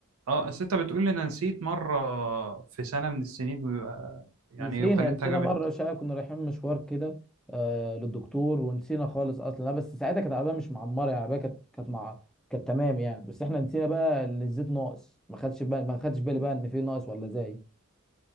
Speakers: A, on the right; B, in the centre.
A: اه بس انت بتقول لي انا نسيت مرة في سنة من السنين ويبقى- يعني
B: نسينا
A: وخليتها
B: نسينا
A: جابت
B: مرة شقة كنا رايحين مشوار كده آه للدكتور ونسينا خالص أصلا لا بس ساعتها كانت العربية مش معمرة يعني العربية كانت كانت مع كانت تمام يعني بس احنا نسينا بقى إن الزيت ناقص ما خدش بالي ما خدش بالي بقى إن في ناقص ولا زايد